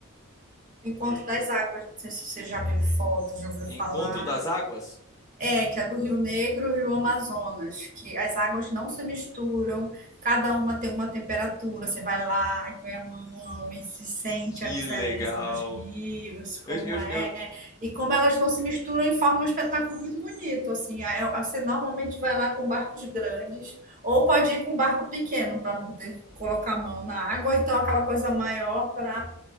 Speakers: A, on the right; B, on the left.
A: do Encontro das Águas, não sei se você já viu fotos já ouviu
B: Encontro
A: falar.
B: das Águas?
A: É, que é do Rio Negro e Rio Amazonas, que as águas não se misturam, cada uma tem uma temperatura, você vai lá e põe a mão e se sente
B: Que
A: a diferença
B: legal.
A: dos rios, como
B: Eu, eu,
A: é,
B: eu,
A: e como elas não se misturam e formam um espetáculo muito bonito, assim, Aí você normalmente vai lá com barcos grandes, ou pode ir com barco pequeno para poder colocar a mão na água, ou então aquela coisa maior para